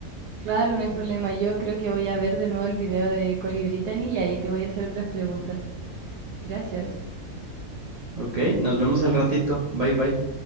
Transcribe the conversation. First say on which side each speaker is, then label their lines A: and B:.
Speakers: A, on the right (about 75°); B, on the right (about 60°).
A: claro, no hay problema. Yo creo que voy a ver de nuevo el video de Colibritany y ahí te voy a hacer otras preguntas. Gracias.
B: Ok, nos vemos al ratito. Bye bye.